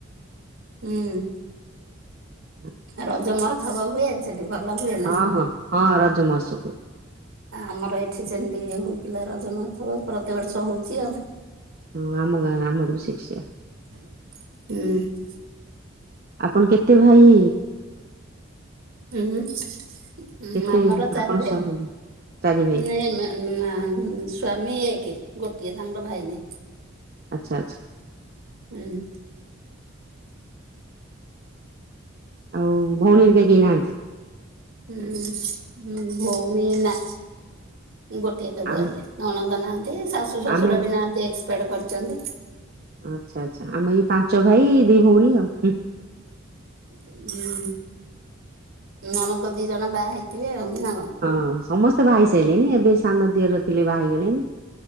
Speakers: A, on the right; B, on the right.
A: ହୁଁ।
B: <unintelligible>
A: ରଜ ମହୋସବ ହୁଏ, ସେଠି ଭଲ ହୁଏ ନା
B: ହଁ
A: କଣ?
B: ହଁ ହଁ ରଜ ମହୋତ୍ସବ ହୁଏ
A: ଆମର ଏଇଠି ଯେମିତି ହଉଥିଲା ରଜମହୋତ୍ସବ ପ୍ରତିବର୍ଷ ହଉଛି ଆଉ।
B: ହଁ ଆମ ଗାଁ, ଆମଠୁ ବି <unintelligible>
A: ହୁଁ।
B: ଆପଣ କେତେ ଭାଇ?
A: ହୁଁ
B: କେତେ
A: ଆମର ଚାରି
B: ଆପଣ
A: ଭାଇ,
B: ସ୍ୱାମୀ ଚାରି ଭାଇ
A: ନାଇଁ ନା ସ୍ଵାମୀ ଏକେ ଗୋଟିଏ, ତାଙ୍କର ଭାଇ ନାହି।
B: ଆଛା ଆଛା।
A: ଉଁହୁଁ।
B: ଆଉ ଭଉଣୀ ହେରିକାକେହିନାହାନ୍ତି।
A: ହୁଁ ହୁଁ ଭଉଣି ନା। ଗୋଟିଏ କେବଳ
B: ଆମେ
A: ଇଏ, ନଣନ୍ଦ ନାହାନ୍ତି ଶାଶୁ ଶଶୁର
B: ଆମେ
A: ବି ନାହାନ୍ତି ଏକ୍ସଫ୍ଳାଟକରିଛନ୍ତି।
B: ଆଛା ଆଛା ଆମ ଏଇ ପାଞ୍ଚ ଭାଇ ଦି ଭଉଣୀ ଆଉ, ହିଁ।
A: ହୁଁ ନଣଦ ଦି ଜଣ ବାହା ହେଇଥିବେ ଆଉ ନା କଣ?
B: ହଁ ସମସ୍ତେ ବାହା ହେଇସାରିଲେଣି, ଏବେ ସାନ ଦିଅର ଥିଲେ ବାହାହେଇଗଲେଣି।